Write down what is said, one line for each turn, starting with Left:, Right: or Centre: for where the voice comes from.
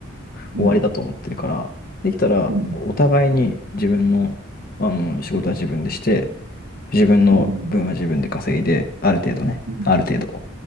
Left: う終わりだと思ってるから、
Right: うん、
Left: できたらお互いに自分の、
Right: うん、
Left: あの、仕事は自分でして、自分の分は自分で稼いで、
Right: うん、
Left: ある程度ね。
Right: うん。
Left: ある程度。